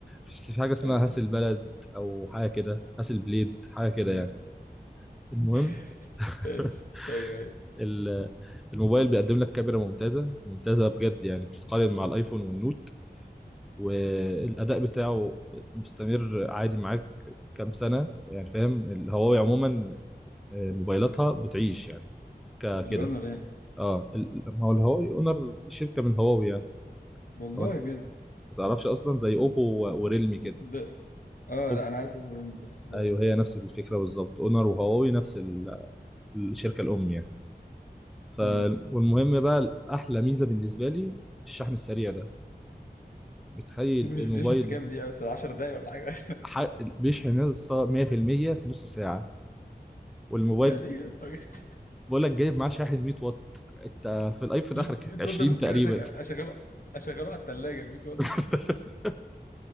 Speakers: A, in the centre; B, on the left.
A: بس في حاجه اسمها
B: <laughs> ايوه
A: هاسل
B: ايوه
A: بلد او حاجه كده هاسل بليد حاجه كده
B: امم
A: يعني المهم
B: <laughs> ماشي
A: <laughs>
B: ايوه ايوه
A: ال- الموبايل بيقدم لك كاميرا ممتازه ممتازه بجد يعني بتتقارن مع الايفون والنوت والاداء بتاعه مستمر عادي معاك كام سنه يعني فاهم الهواوي عموما آه، موبايلاتها بتعيش يعني ك- كده
B: الاونر يعني
A: اه ال- ما هو الهواوي اونر دي شركه من هواوي يعني
B: والله
A: لو انت
B: بجد
A: ما تعرفش اصلا زي اوبو و- وريلمي كده
B: لا اه
A: أوب...
B: لا انا عارف ابو ريم بس
A: ايوه هي نفس الفكره بالظبط اونر وهواوي نفس ال- الشركه الام يعني ف
B: امم
A: والمهم بقى احلى ميزه بالنسبه لي الشحن السريع ده بتخيل
B: ممكن يشحن
A: الموبايل
B: في كام دقيقة بس 10 دقايق ولا حاجة
A: ح... بيشحن 100% في المية في نص ساعه والموبايل
B: <laughs> يعني ايه يا اسطى بجد؟
A: بقول لك جايب معاه شاحن 100 واط انت في الايفون
B: 100
A: اخرك
B: 100
A: 20
B: وات ده ممكن
A: تقريبا
B: أشغ- اشغله اشغله على الثلاجه ال 100 وات
A: <laughs>
B: ده